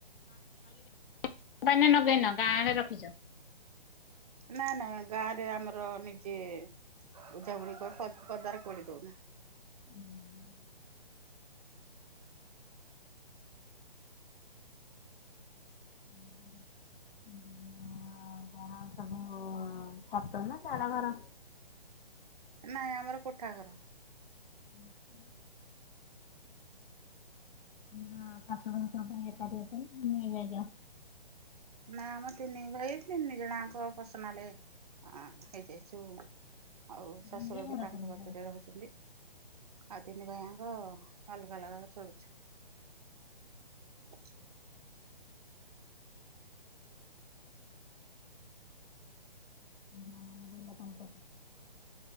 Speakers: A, on the left; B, on the right.
A: <inaudible> ନଗେଇନ ଗାଁ ରେ ରଖିଛ।
B: ନା ନା ଗାଁ ରେ ଆମର ନିଜେ ଉଝାଉଣିକ ପ ପଦାରେ ପୋଡି ଦଉନା।
A: <unintelligible> <unintelligible> ହଁ ତୋମର ସବୁ ଛାତ ନା ଚାଳ ଘର?
B: ନାଇଁ ଆମର କୋଠା ଘର।
A: <unintelligible> ହଁ ଶାଶୁ ଶଶୁର ସବୁ ଏକାଠି ଅଛନ୍ତି <unintelligible>
B: ନା ଆମ ତିନି ଭାଇ ତିନି ଜଣାଙ୍କ ପସନାଲେ ଅଁ ହେଇଯାଇଛୁ। ଆଉ ଶଶୁର
A: ନିଜେ ଘର
B: ବି ତାଙ୍କ
A: କରିକି
B: କତିରେ ରହୁଛନ୍ତି। ଆଉ ତିନି ଭାଇ ଆଙ୍କ ଅଲଗା ଅଲଗା ଚଳୁଛୁ। ଆ୍ା
A: ନା ନା <unintelligible>